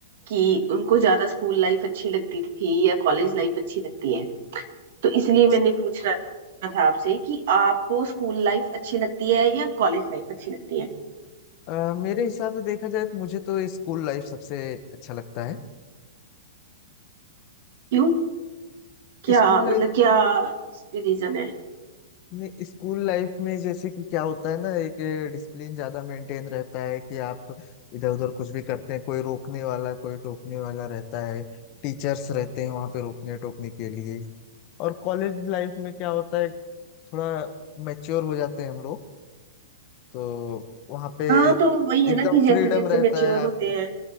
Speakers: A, on the right; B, on the left.
A: कि उनको ज्यादा स्कूल लाइफ अच्छी लगती थी या कॉलेज लाइफ अच्छी लगती है तो इसलिए
B: अच्छा
A: मैंने पूछना था आपसे कि आपको स्कूल लाइफ अच्छी लगती है या कॉलेज लाइफ अच्छी लगती है
B: अ, मेरे हिसाब से देखा जाए तो मुझे तो स्कूल लाइफ सबसे अच्छा लगता है
A: क्यों क्या
B: स्कूल लाइफ
A: मतलब क्या रीजन है
B: में स्कूल लाइफ में जैसे कि क्या होता है ना एक डिसिप्लिन ज्यादा मेंटेन रहता है कि आप इधर उधर कुछ भी करते हैं कोई रोकने वाला कोई टोकने वाला रहता है टीचर्स रहते हैं वहां पे रोकने टोकने के लिए और कॉलेज लाइफ में क्या होता है थोड़ा मैच्योर हो जाते हैं हम लोग तो वहाँ पे
A: हाँ तो वही है
B: एकदम
A: ना कि जैसे
B: फ्रीडम
A: जैसे
B: रहता
A: मेच्योर
B: है आप
A: होते हैं